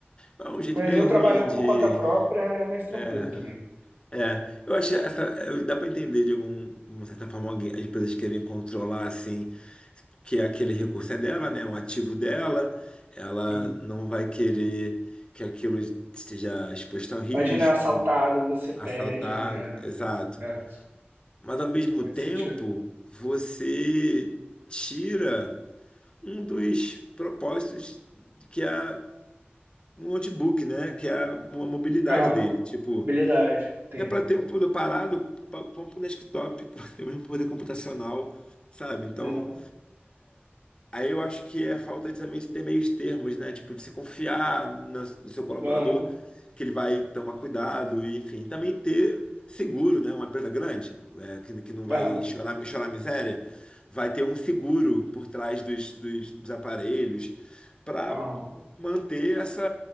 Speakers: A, on the left; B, on the right.
A: É um jeito
B: Mas
A: meio
B: eu trabalho
A: ruim de.
B: por conta própria, é mais tranquilo
A: É.
B: também.
A: É, eu acho essa é, dá para entender de algum, de certa forma alguém- as empresas querem controlar assim que é aquele recurso é dela, né, um ativo dela, ela
B: Uhum.
A: não vai querer que aquilo esteja exposto ao risco,
B: Imagina, é assaltado, você perde.
A: assaltado,
B: É,
A: exato.
B: é,
A: Mas ao mesmo
B: faz
A: tempo,
B: sentido.
A: você tira um dos propósitos que é um notebook, né, que é a mobilidade
B: Aham.
A: dele, tipo
B: Habilidade. Entendi.
A: é para ter um computador parado, pa- compra um desktop, <laughs> para ter o mesmo poder computacional, sabe? Então,
B: Não,
A: Aí eu acho que é a falta de, também de ter meios termos, né? Tipo, de se confiar na- no seu colaborador,
B: aham.
A: que ele vai tomar cuidado, e, enfim. Também ter seguro, né? Uma empresa grande, é, que, que não vai
B: Aham.
A: chorar, chorar miséria, vai ter um seguro por trás dos, dos, dos aparelhos para
B: Aham.
A: manter essa